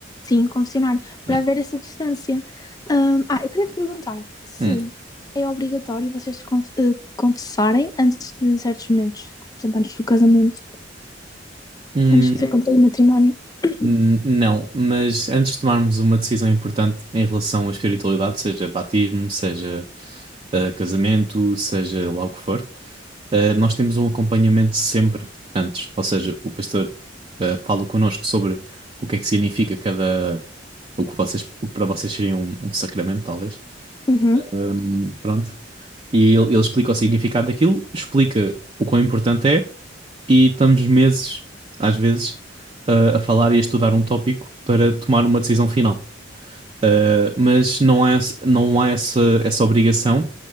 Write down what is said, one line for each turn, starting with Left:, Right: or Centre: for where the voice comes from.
Left: Sim, confessionário, para
Right: É.
Left: haver essa distância. Um, ah, eu queria te perguntar se
Right: Uhum.
Left: é obrigatório vocês conf uh, confessarem antes de certos momentos, por exemplo, antes do casamento,
Right: Hum,
Left: antes de cumprir o matrimónio. <coughs>
Right: n- não, mas antes de tomarmos uma decisão importante em relação à espiritualidade, seja batismo, seja ah, casamento, seja lá o que for, eh, nós temos um acompanhamento sempre antes, ou seja, o pastor eh, fala connosco sobre o que é que significa cada, o que vocês, o que para vocês seria um, um sacramento, talvez.
Left: uhum,
Right: Hum, pronto. E ele, ele explica o significado daquilo, explica o quão importante é, e estamos meses, às vezes, a a falar e a estudar um tópico para tomar uma decisão final. Uh, mas não há, esse- não há essa, essa obrigação,